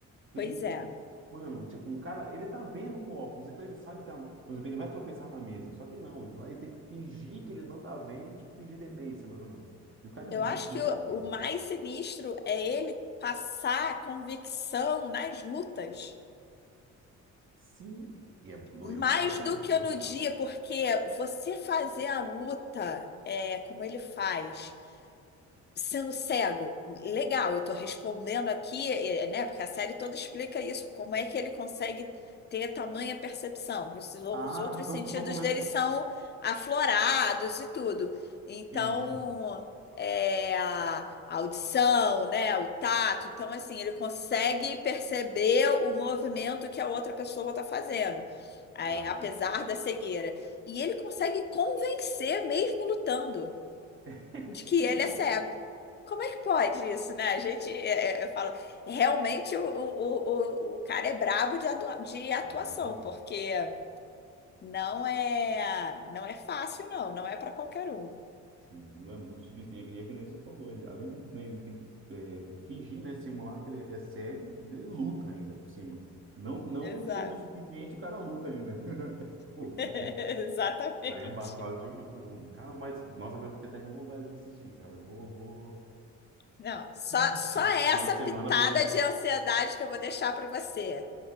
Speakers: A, on the right (about 40°); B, on the left (about 35°).
A: Foi
B: Pois
A: assim que,
B: é.
A: mano, tipo, o cara, ele tá vendo com óculos, então ele sabe que, a- por exemplo, ele vai tropeçar na mesa. Só que não, ele, lá ele tem que fingir que ele não tá vendo, tipo, fingir demência, mais ou menos. E o cara
B: Eu
A: é muito
B: acho que
A: bom, velho.
B: o, o mais sinistro é ele passar convicção nas lutas,
A: Sim, e, é, e
B: mais
A: o cara é bom
B: do
A: em
B: que
A: arte marcial.
B: no dia, porque você fazer a luta é, como ele faz. sendo cego. Legal, eu estou respondendo aqui, eh, né? Porque a série toda explica isso, como é que ele consegue ter tamanha percepção. Esses- Os
A: Ah,
B: outros
A: estão
B: sentidos
A: tão começando.
B: dele são aflorados e tudo. Então,
A: Isso,
B: é, a audição, né? O tato. Então, assim, ele consegue perceber o movimento que a outra pessoa está fazendo. eh,
A: brabo.
B: apesar da cegueira. E ele consegue convencer mesmo lutando
A: <laughs>
B: de que
A: Sim,
B: ele é cego. Como é que pode isso, né? A gente, é, é, eu falo, realmente o, o, o, o cara é brabo de, adua- de atuação,
A: brabo demais.
B: porque não é, não é fácil, não, não é para qualquer um.
A: Não é muito difícil. E é que nem você falou, ele, além de né, ele tem, é, fingir, né, simular que ele é cego, ainda ele luta ainda por cima. Não, não
B: Exato.
A: sendo o suficiente, o cara luta ainda. <laughs> É fogo.
B: <laughs> Exatamente.
A: velho. O Cara, é embaçado demais meu. Cara, mas, nossa, agora eu fiquei até com vontade de assistir, cara. Vou, vou.
B: Não, só,
A: Ai,
B: só
A: esse
B: essa
A: final de semana
B: pitada
A: vai.
B: de ansiedade que eu vou deixar para você.